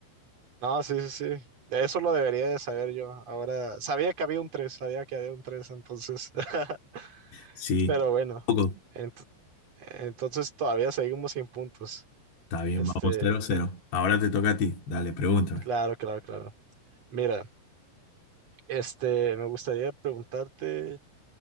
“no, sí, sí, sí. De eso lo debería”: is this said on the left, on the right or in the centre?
Right